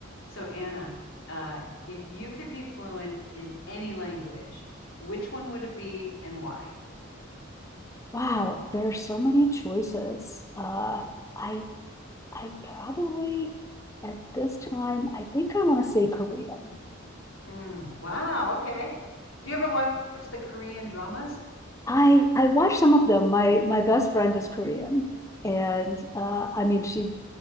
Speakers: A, on the left; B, on the left.
A: So Anna, uh, if you could be fluent in any language, which one would it be and why?
B: Wow, there are so many choices. Uh, I I probably at this time, I think I want to say Korean.
A: Mm, wow, okay. Do you ever watch the Korean dramas?
B: I I watch some of them. My my best friend is Korean, and uh, I mean she